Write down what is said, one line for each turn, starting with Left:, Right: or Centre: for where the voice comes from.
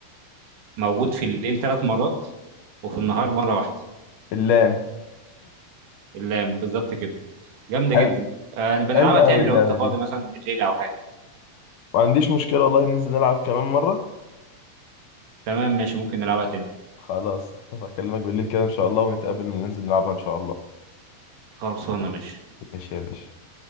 Right: موجود في الليل ثلاث مرات وفي النهار مرة واحدة
Left: اللام
Right: اللام بالظبط كده جامدة
Left: حلو
Right: جدا آه نبقى
Left: حلو
Right: نلعبها تاني
Left: قوي اللعبه
Right: لو انت فاضي
Left: دي
Right: مثلا بالليل او حاجة
Left: ما عنديش مشكله والله ننزل نلعب كمان مره
Right: تمام ماشي ممكن نلعبها تاني
Left: خلاص اكلمك بالليل كده ان شاء الله ونتقابل وننزل نلعبها ان شاء الله
Right: خلصانة ماشي
Left: ماشي يا باشا